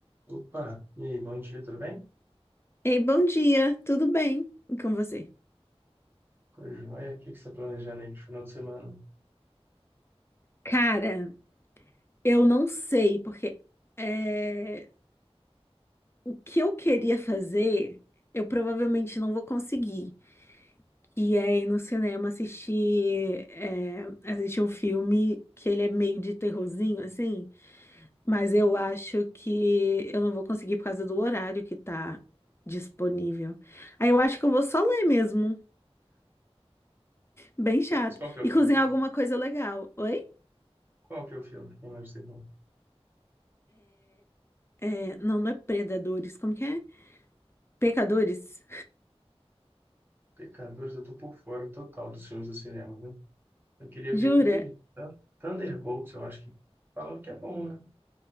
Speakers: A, on the right (about 20°); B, on the left (about 25°).
A: Opa, e aí, bom dia, tudo bem?
B: Ei, bom dia, tudo bem E com você?
A: Tudo jóia? O que que você está planejando aí pro final de semana?
B: Cara, eu não sei, porque é, o que eu queria fazer, eu provavelmente não vou conseguir. E é ir no cinema assistir, é, assistir um filme que ele é meio de terrorzinho, assim, mas eu acho que eu não vou conseguir por causa do horário que tá disponível. Aí eu acho que eu vou só ler mesmo, bem chato,
A: Mas qual que é
B: e
A: o
B: cozinhar
A: filme?
B: alguma coisa legal. Oi?
A: Qual que é o filme? Quem mais você viu?
B: É, não, não é predadores, como que é? Pecadores?
A: Pecadores, eu tô por fora total dos filmes do cinema, viu? Eu queria
B: Jura?
A: ver aquele Thun- Thunderbolts, eu acho que falaram que é bom, né?